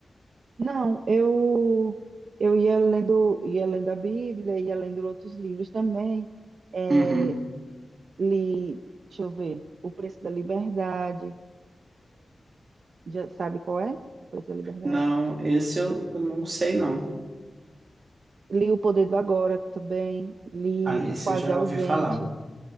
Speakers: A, on the right; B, on the right.
A: Não, eu eu ia lendo, ia lendo a Bíblia, ia lendo outros livros também. É,
B: Uhum.
A: Li, deixa eu ver, O Preço da Liberdade, já sabe qual é? O Preço da Liberdade.
B: Não, esse eu eu não sei não.
A: Li O Poder do Agora também, li
B: Ah, esse
A: Quase
B: eu já
A: Ausente,
B: ouvi falar.